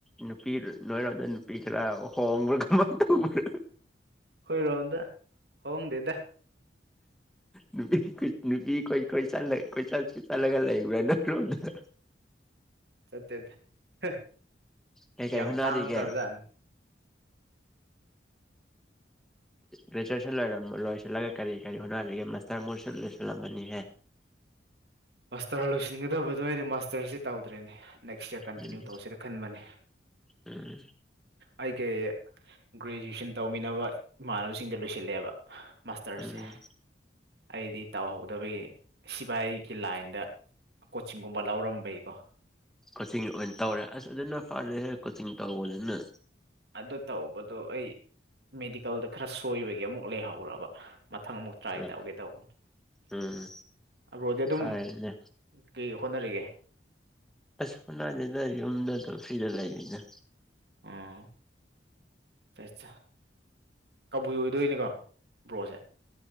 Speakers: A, in the centre; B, on the right.
A: ꯅꯨꯄꯤ ꯅꯣꯏꯔꯣꯝꯗ ꯅꯨꯄꯤ ꯈꯔ ꯍꯣꯡꯕ꯭ꯔꯥ ꯀꯃꯥꯏꯅ ꯇꯧꯕ꯭ꯔ
B: ꯈꯣꯏꯔꯣꯝꯗ ꯍꯣꯡꯗꯦꯗ
A: ꯅꯨꯄꯤ ꯅꯨꯄꯤ ꯀꯣꯏ ꯀꯣꯢ ꯆꯠꯂꯒ ꯀꯣꯏꯆꯠ ꯆꯠꯂꯒ ꯂꯩꯕ꯭ꯔ ꯅꯣꯏꯔꯣꯝꯗ
B: ꯆꯠꯇꯦ ꯍ
A: ꯀꯩ ꯀꯩ
B: ꯌꯥꯝ
A: ꯍꯣꯠꯅꯔꯤꯒꯦ
B: ꯇꯥꯡꯈ꯭ꯔꯕ ꯖꯥꯠꯅꯤ
A: ꯒ꯭ꯔꯦꯖꯨꯌꯦꯁꯟ ꯂꯣꯏꯔꯝ ꯂꯣꯏꯁꯤꯜꯂꯒ ꯀꯔꯤ ꯀꯔꯤ ꯍꯣꯠꯅꯔꯤꯒꯦ ꯃꯥꯁꯇꯔ ꯃꯣꯏꯁꯨ ꯂꯣꯏꯁꯤꯜꯂꯝꯃꯅꯤꯍꯦ
B: ꯃꯥꯁꯇꯔ ꯂꯣꯏꯁꯤꯟꯒꯗꯕꯗꯣ ꯑꯩꯗꯤ ꯃꯥꯁꯇꯔꯁꯦ ꯇꯧꯗ꯭ꯔꯦꯅꯦ ꯅꯦꯛꯁ ꯌꯥꯔ ꯀꯟꯇꯤꯅ꯭ꯌꯨ
A: ꯎꯝ
B: ꯇꯧꯁꯤꯔ ꯈꯟꯕꯅꯤ
A: ꯎꯝ
B: ꯑꯩ ꯀꯩ ꯒ꯭ꯔꯦꯖꯨꯑꯦꯁꯟ ꯇꯧꯃꯤꯟꯅꯕ ꯏꯃꯥꯟꯅꯕꯁꯤꯡꯗꯤ ꯂꯣꯏꯁꯤꯜꯂꯦꯕ ꯃꯥꯁꯇꯔꯁꯦ
A: ꯎꯝ
B: ꯑꯩꯗꯤ ꯇꯧꯍꯧꯗꯕꯒꯤ ꯁꯤꯐꯥꯢꯒꯤ ꯂꯥꯏꯟꯗ ꯀꯣꯆꯤꯡꯒꯨꯝꯕ ꯂꯧꯔꯝꯕꯩꯀꯣ
A: ꯀꯣꯆꯤꯡ ꯑꯣꯏꯅ ꯇꯧꯔꯦ ꯑꯁ ꯑꯗꯨꯅ ꯐꯔꯦ ꯀꯣꯆꯤꯡ ꯁꯄꯄꯣꯠꯔ
B: ꯑꯗꯨ ꯇꯧꯕꯗꯣ ꯑꯩ ꯃꯦꯗꯤꯀꯦꯜꯗ ꯈꯔ ꯁꯣꯏꯕꯒꯤ ꯑꯃꯨꯛ ꯂꯩꯍꯧꯔꯕ ꯃꯊꯪ ꯑꯃꯨꯛ ꯇ꯭ꯔꯥꯏ
A: ꯎꯝ
B: ꯇꯧꯒꯦ ꯇꯧꯕ
A: ꯎꯝ
B: ꯑꯔꯣꯗꯤ ꯑꯗꯨꯝ
A: ꯐꯔꯦꯅꯦ
B: ꯀꯩ ꯍꯣꯠꯅꯔꯤꯒꯦ
A: ꯍꯣꯠꯅꯗꯦꯗ ꯌꯨꯝꯗ ꯐ꯭ꯔꯤꯗ ꯂꯩꯗ
B: ꯎꯝ <unintelligible> ꯀꯕꯨꯏ ꯑꯣꯏꯗꯣꯏꯅꯤꯀꯣ ꯕ꯭ꯔꯣꯁꯦ